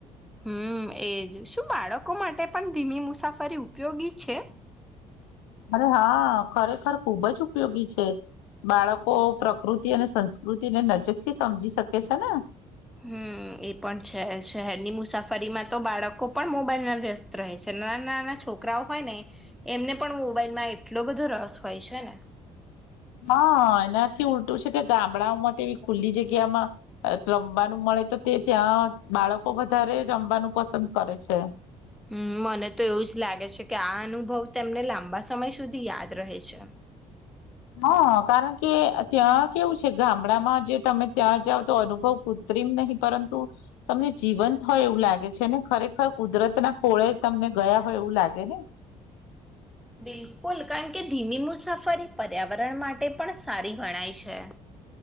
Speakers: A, in the centre; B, on the left.
A: હમ એજ શું બાળકો માટે પણ ધીમી મુસાફરી ઉપયોગી છે.
B: અરે હા ખરેખર ખુબ જ ઉપયોગી છે બાળકો પ્રકૃતિ અને સંસ્કૃતિને નજીક થી સમજી શકે છે ને
A: હમ એ પણ છે શહેરની મુસાફરીમાં તો બાળકો પણ મોબાઈલમાં વ્યસ્ત રહે છે નાના નાના છોકરાઓ હોય ને એમને પણ મોબાઈલમાં એટલો બધો રસ હોય છે ને
B: હા એનાથી ઉલટું છે તે ગામડાઓમાં તેવી ખુલ્લી જગ્યામાં રમવાનું મળે તો તે ત્યાં બાળકો વધારે રમવાનું પસંદ કરે છે.
A: હમ મને તો એવું જ લાગે છે કે આ અનુભવ તેમને લાંબા સમય સુધી યાદ રહે છે.
B: હા કારણ કે ત્યાં કેવું છે ગામડામાં જે તમે ત્યાં જઓ તો અનુભવ કૃત્રિમ નહી પરંતુ તમને જીવંત હોય એવું લાગે છે ને ખરેખર કુદરતના કોળે તમને ગયા હોય એવું લાગે ને
A: બિલકુલ કારણ કે ધીમી મુસાફરી પર્યાવરણ માટે પણ સારી ગણાય છે